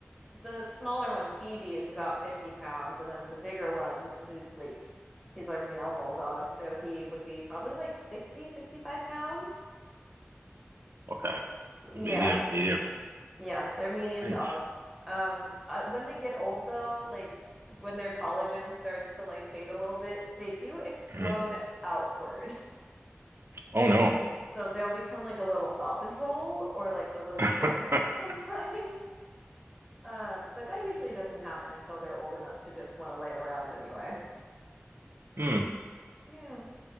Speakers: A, in the centre; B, on the right (about 60°).
A: the smaller one, Phoebe, is about 50 pounds, and then the bigger one, who's like he's our male bulldog, so he would be probably like 60, 65 pounds.
B: okay medium
A: Yeah,
B: medium
A: yeah, they're medium
B: nice
A: dogs. Um, I, when they get old though, like when their collagen starts to like fade a little bit, they do explode
B: Mhm.
A: outward.
B: oh no
A: So they'll become like a little sausage roll or like a little
B: <laughs>
A: brick <laughs> sometimes. Uh, but that usually doesn't happen until they're old enough to just want to lay around anyway.
B: Hmm.
A: Yeah.